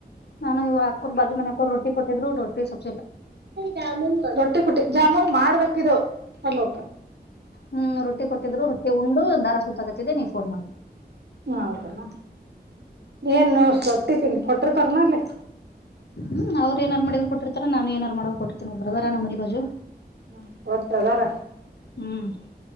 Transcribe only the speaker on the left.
ನಾನು ಇ ಹಾಕೋರ್ ಬಾಜು ಮನಕೋರು ರೊಟ್ಟಿ ಕೊಟ್ಟಿದ್ರು ರೊಟ್ಟಿ ಸವಲ್ಪ
ಹ್ಮ್ ರೊಟ್ಟಿ ಕೊಟ್ಟಿದ್ರು ರೊಟ್ಟಿ ಉಂಡು ದರ ಸುತ್ತಾಗತ್ತಿದೆ ನೀವ್ ಫೋನ್ ಮಾಡಿ
ಹ್ಮ್ ಅವ್ರು ಏನಾರು ಮಾಡಿದ್ರು ಕೊಟ್ಟಿರ್ತಾರ ನಾನು ಏನಾರು ಮಾಡ ಕೊಟ್ಟರ್ತೀನ ಬ್ರದರ ನಮ್ಮ ಮನಿ ಬಾಜು
ಹ್ಮ್